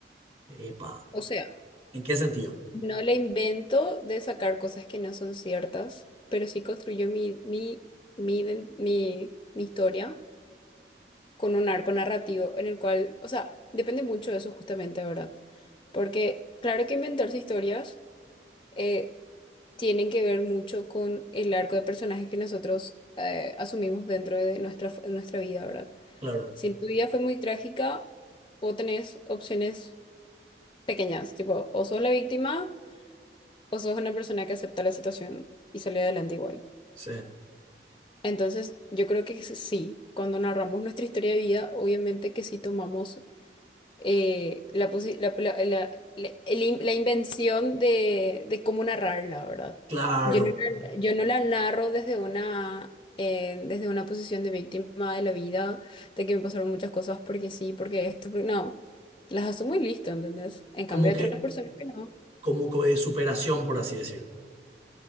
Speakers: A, on the right; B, on the left.
A: Epa,
B: O sea,
A: ¿en qué sentido?
B: no le invento de sacar cosas que no son ciertas, pero sí construyo mi, mi, mi, iden- mi, mi historia con un arco narrativo en el cual, o sea, depende mucho de eso justamente, ¿verdad? Porque claro que inventarse historias eh, tienen que ver mucho con el arco de personajes que nosotros eh, asumimos dentro de nuestra, nuestra vida, ¿verdad?
A: Claro.
B: Si tu vida fue muy trágica, vos tenés opciones pequeñas, tipo, o sos la víctima o sos una persona que acepta la situación y sale adelante igual.
A: Sí,
B: Entonces, yo creo que s- sí, cuando narramos nuestra historia de vida, obviamente que sí tomamos eh, la, posi- la, la, la- la- el in- la invención de, de cómo narrarla, ¿verdad?
A: claro,
B: Yo no, la- yo no la narro desde una, eh, desde una posición de víctima de la vida, de que me pasaron muchas cosas porque sí, porque esto, porque no. Las asumo y listo, ¿entendés? En
A: como
B: cambio, hay
A: que,
B: otras personas que no.
A: como que de superación, por así decir,